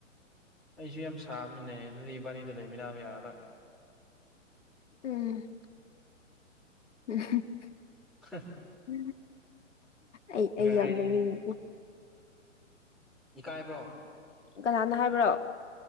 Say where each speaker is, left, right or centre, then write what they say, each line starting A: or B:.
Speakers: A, in the centre; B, on the left.
A: ꯑꯩꯁꯨ ꯌꯥꯝ ꯁꯥꯕꯅꯤꯅꯦ ꯑꯗꯨꯗꯤ ꯋꯥꯔꯤꯕꯥꯗ ꯂꯩꯃꯤꯅꯥ ꯌꯥꯕ꯭ꯔꯥ
B: ꯎꯝ ꯎꯝ
A: ꯍ
B: ꯎ ꯑꯩ ꯑꯩ ꯌꯥꯝ
A: ꯍꯥꯏꯔꯤꯅꯦ
B: ꯅꯅꯤꯡꯕ
A: ꯏꯀꯥꯏꯕ꯭ꯔꯣ
B: ꯀꯅꯥꯅꯣ ꯍꯥꯏꯕ꯭ꯔꯣ